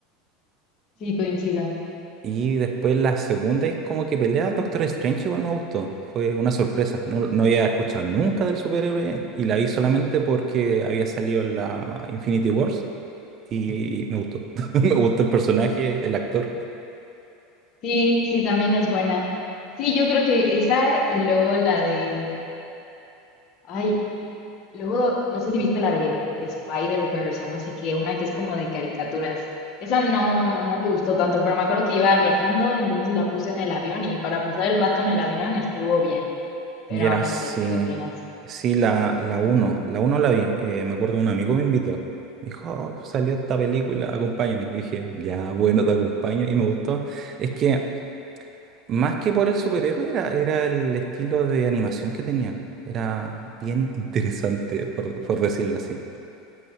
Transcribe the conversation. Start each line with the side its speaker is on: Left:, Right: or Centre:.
Left: sí, coincido.
Right: Y después la segunda es como que pelea al Doctor Strange, igual me gustó. Fue una sorpresa. No, no había escuchado nunca del superhéroe y la vi solamente porque había salido en la Infinity Wars y me gustó. <laughs> Me gustó el personaje, el actor.
Left: Sí, sí, también es buena. Sí, yo creo que esa y luego la de, ay, Luego, no sé si viste la de, de Spider-Verse o no sé qué, una que es como de caricaturas. Esa no, no me gustó tanto, pero me acuerdo que iba viajando, entonces la puse en el avión y para pasar el rato en el avión estuvo bien. Pero
Right: Ya,
Left: no
Right: sí.
Left: sé, ¿tú qué opinas?
Right: Sí, la, la uno La uno la vi. Eh, me acuerdo un amigo me invitó. Me dijo, "Oh, salió esta película, acompáñame. Y dije, ya, bueno, te acompaño. Y me gustó. Es que Más que por el superhéroe, era, era el estilo de animación que tenía. Era bien interesante, por, por decirlo así.